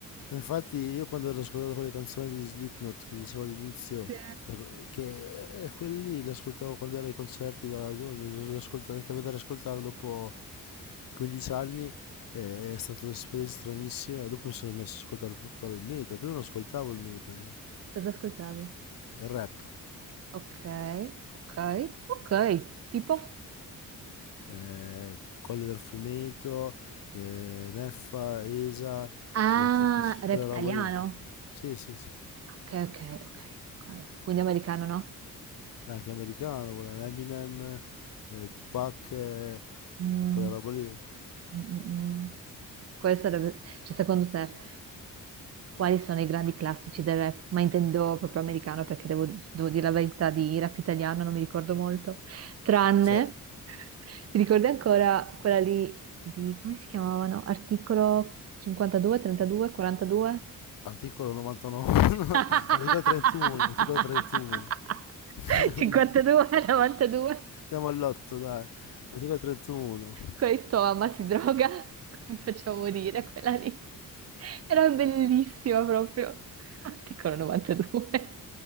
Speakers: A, on the left; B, on the right.
A: Infatti io quando ero ascoltato quelle canzoni di Slipknot che dicevo all'inizio,
B: Sì.
A: la- che eh, quelli lì le ascoltavo quando ero ai concerti da giovane, le ascolta- è capitato di ascoltare dopo 15 anni, eh, è stata un'esperienza stranissima e dopo mi sono messo ad ascoltare tutto il metal, prima non ascoltavo il metal, il
B: Cosa ascoltavi?
A: rap,
B: Ok, ok, ok, tipo?
A: eh, Colle del Fumeto, eh, Neffa, ESA,
B: Ah,
A: gli atipici,
B: reptiliano.
A: quella roba lì, sì sì sì,
B: Ok, ok, ok, ok. Quindi americano, no?
A: Ma anche americano, quella Eminem, eh,
B: Sì,
A: Tupac,
B: sì.
A: eh,
B: Mm,
A: quella roba lì.
B: mm, mm, mm. Quale sarebbe, cioè secondo te, quali sono i grandi classici del rap? Ma intendo proprio americano perché devo, devo dire la verità di rap italiano, non mi ricordo molto. Tranne,
A: Cioè,
B: ti ricordi ancora quella lì di, come si chiamavano? Articolo 52, 32, 42?
A: articolo 99, <laughs>
B: <laughs>
A: articolo 31, articolo 31. <laughs>
B: 52, 92. <laughs>
A: Andiamo all'otto, dai. Articolo 31.
B: Quella di tua mamma si droga, mi faceva morire quella lì. Era bellissima proprio. Articolo 92.